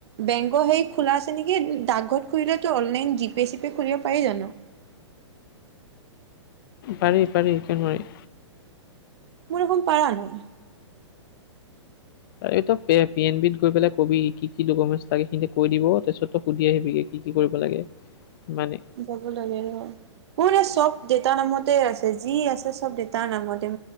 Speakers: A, on the right (about 60°); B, on the left (about 45°).
A: বেংকৰ হেইত খোলা আছে নেকি? ডাকঘৰত খুলিলেটো অনলাইন জিপে- চিপে খুলিব পাৰি জানো?
B: পাৰি পাৰি কিয় নোৱাৰি।
A: মোৰ দেখোন পাৰা নাই।
B: এই তই পি পি এন বিত গৈ পেলাই কবি কি কি ডকুমেণ্টছ লাগে সিঁহতে কৈ দিব তাৰ পিছত তই সুধি আহিবি গে কি কি কৰিব লাগে মানে
A: যাব লাগিব। মোৰ মানে চব দেউতাৰ নামতে আছে, যি আছে চব দেউতাৰ নামতে